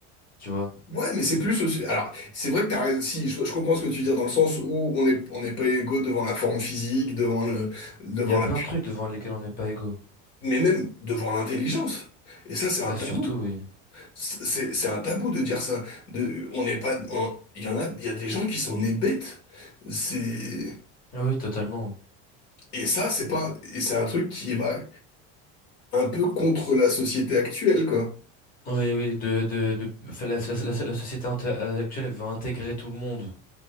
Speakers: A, on the left; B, on the left.
A: tu vois.
B: Ouais, mais c'est plus aussi. Alors, c'est vrai que t'as raison. Si, je, je comprends ce que tu dis dans le sens où on n'est on n'est pas égaux devant la forme physique, devant le, devant
A: Il y a
B: la,
A: plein de trucs devant lesquels on n'est pas égaux.
B: mais même devant l'intelligence. Et ça, c'est un
A: Ah,
B: tabou.
A: surtout, oui.
B: C'est, c'est c'est un tabou de dire ça. De, on n'est pas. on- Il y en a, il y a des gens qui sont nés bêtes. C'est
A: Ah oui, totalement.
B: et ça, c'est pas. Et c'est un truc qui va un peu contre la société actuelle, quoi.
A: Oui, oui, de, de, de, enfin, la, la- la- la société int- actuelle, elle veut intégrer tout le monde.